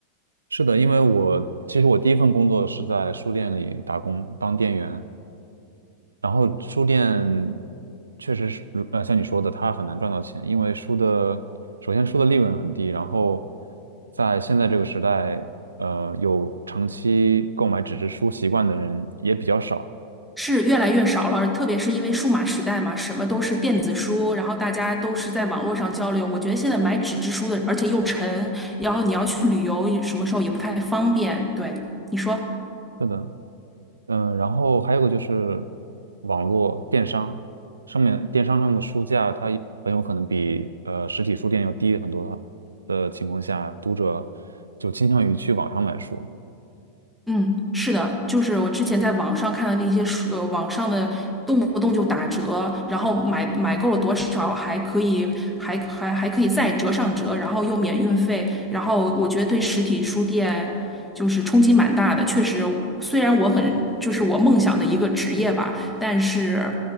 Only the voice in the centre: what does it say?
是越来越少了，特别是因为数码时代嘛，什么都是电子书，然后大家都是在网络上交流。我觉得现在买纸质书的，而且又沉，然后你要去旅游，什么时候也不太方便。对，你说。
嗯，是的，就是我之前在网上看的那些书，呃，网上的动不动就打折，然后买买够了多少还可以，还还还可以再折上折，然后又免运费，然后我觉得对实体书店就是冲击蛮大的。确实，虽然我很就是我梦想的一个职业吧，但是